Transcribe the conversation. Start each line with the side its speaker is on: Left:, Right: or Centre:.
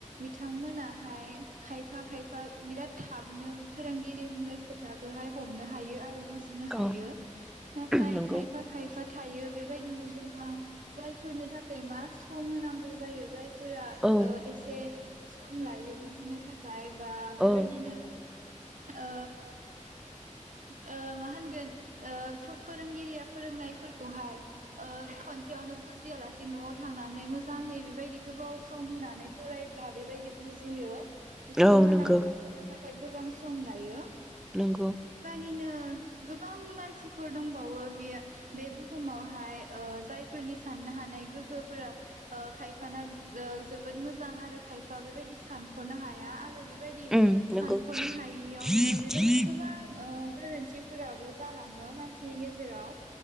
Right: बिथांमोना हाय खायफा खायफा बिराद थाबनो फोरोंगिरि बुंनाय खोथाखोहाय हमनो हायो आरो बुजिनो हायो
Centre: औ
Right: नाथाय
Centre: नंगौ
Right: खायफा खायफा थायो बेबायदिनो गोबां जायफोरनो थाखाय मा सम होनांगौ जायो जाय फोरा
Centre: औ
Right: ओ एसे सम लायो। बुजिनो थाखाय। बा बेबायदिनो
Centre: औ
Right: ओ ओ मा होनगोन ओ फो-फोरोंगिरिया फोरोंनाय फोरखौहाय ओ खनसेआवनो बुज जिया लासे न'आव थांनानै मोजाङै बेबायदि गोबाव सम होनानै फरायब्ला बेबायदि बु जियो। बिथांमोना
Centre: औ नंगौ
Right: बुजिनो था खाय गोबां सम लायो।
Centre: नोंगौ।
Right: नो गोबां मानसिफोर दंबावो बियो बे बुहुमावहाय ओ जायफोरनि साननो हानाय गोहोफोरा ओ खायफाना ओ जोबोद मोजां आरो खायफा बेबायदि सानख'नो हाया आरो बेबायदि
Centre: उम नंगौ
Right: सानख'नो हायियावनो
Centre: औ
Right: बेबायदि गोबां ओ गोरोन्थिफोराबो जालांङो मान सिनि गेजेराव